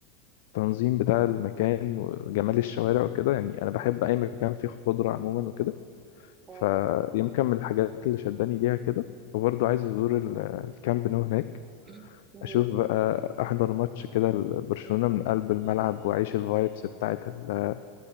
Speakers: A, on the left; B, on the right.
A: بالتنظيم بتاع المكان وجمال الشوارع وكده يعني أنا بحب أي مكان فيه خضرة عموما وكده
B: اه
A: فيمكن من الحاجات اللي شداني ليها كده وبرضو عايز أزور ال- الكامب نو هناك
B: <coughs> مم.
A: اشوف بقى احضر ماتش كده لبرشلونة من قلب الملعب واعيش الفايبس بتاعت ال-